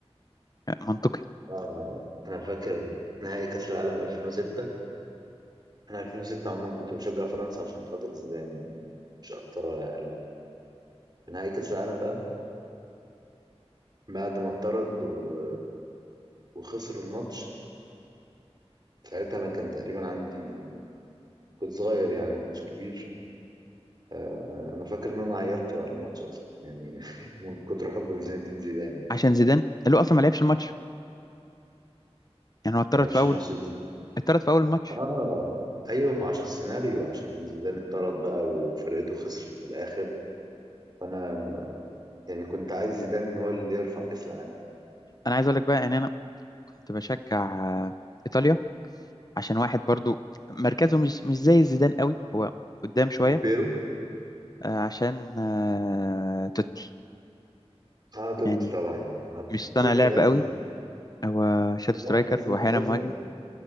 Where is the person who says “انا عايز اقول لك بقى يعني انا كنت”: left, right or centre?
Left